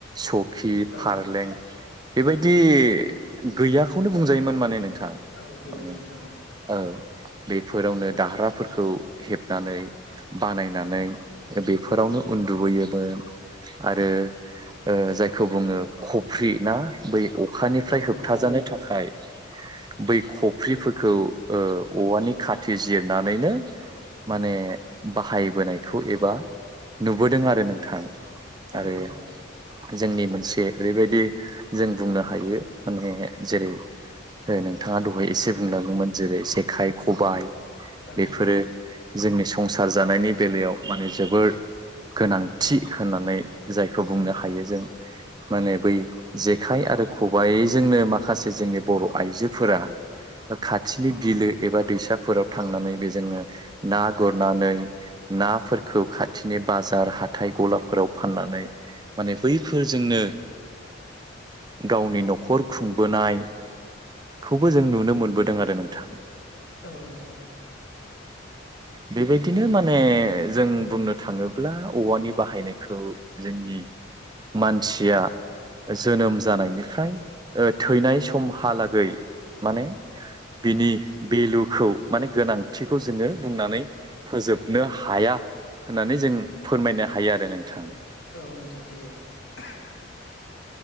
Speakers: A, on the right; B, on the left.
A: सखि फारलें
B: औ
A: बेबायदि गैयाखौनो बुंजायोमोन माने नों थां
B: औ गैयामोन
A: माने
B: नोंथां
A: औ। बेफोरावनो दारहाफोरखौ हेबनानै बानायनानै बेफोरावनो उन्दुबोयोमोन आरो ओ जायखौ बुङो खफ्रि ना बै अखानिफ्राय
B: औ
A: होबथाजानो
B: नोंथां औ
A: थाखाय बै खफ्रिफोरखौ ओ औवानि खाथि जिरनानैनो माने बाहायबोनायखौ एबा नुबोदों आरो नोंथां। आरो
B: औ नोंथां।
A: जोंनि मोनसे ओरैबायदि जों बुंनो हायो माने जेरै ओ नोंथाङा दहाय एसे बुंलांदोंमोन जेरै जेखाइ खबाइ
B: औ
A: बेफोरो जोंनि संसार जानायनि बेलायाव माने जोबोर गोनांथि होननानै जाय खौ बुंनो हायो जों माने बै जेखाय आरो खबायाइजोंनो माखासे जोंनि बर' आइजोफोरा खाथिनि बिलो एबा दैसाफोराव थांनानै बेजोंनो ना गुरनानै नाफोरखौ खाथिनि बाजार हाथाइ गलाफोराव फाननानै माने बैफोरजोंनो गावनि न'खर खुंबोनाय खौबो जों नुनो मोनबोदों आरो नोंथां।
B: औ नोंथां औ।
A: बेबायदिनो माने जों बुंनो थाङोब्ला औवानि बाहायनायखौ जोंनि मानसिया जोनोम जानायनिफ्राय ओ थैनाय
B: औ
A: समहालागै माने बिनि भेलुखौ माने गोनांथिखौ जोङो बुंनानै फोजोबनो हाया। होननानै जों फोरमायनो हायो आरो नोंथां ।
B: औ नोथां हायो औ <unintelligible>